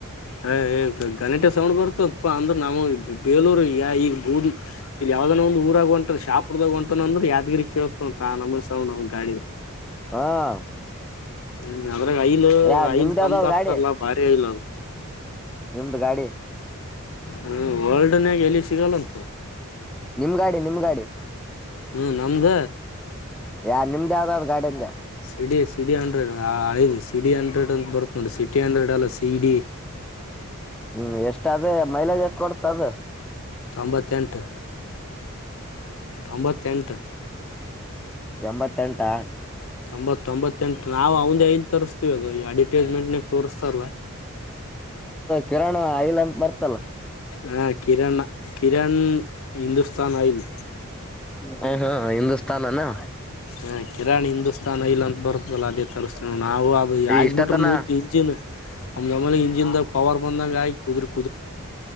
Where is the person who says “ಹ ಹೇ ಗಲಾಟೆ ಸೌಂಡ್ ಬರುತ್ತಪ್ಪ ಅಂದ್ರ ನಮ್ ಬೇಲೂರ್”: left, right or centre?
Left